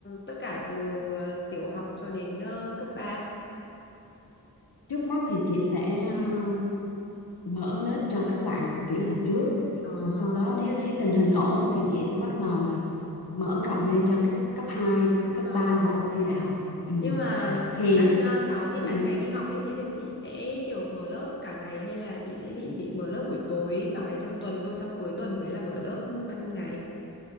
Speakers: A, on the left; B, on the left.
A: tất cả từ ờ, tiểu học cho đến ờ, cấp ba.
B: trước mắt thì chị sẽ ờ, mở lớp cho các bạn tiểu học trước
A: Ờ,
B: rồi sau đó nếu thấy tình hình ổn thì chị sẽ bắt đầu là mở rộng lên cho các cấp 2 cấp
A: mà
B: 3 và ôn thi đại học Ừm,
A: nhưng mà
B: thì
A: các ờ, cháu thì
B: Ừ.
A: ban ngày đi học ấy thế là chị sẽ kiểu mở lớp cả ngày hay là chị sẽ định, định mở lớp buổi tối vào ngày trong tuần thôi xong cuối tuần mới là mở lớp ban ngày.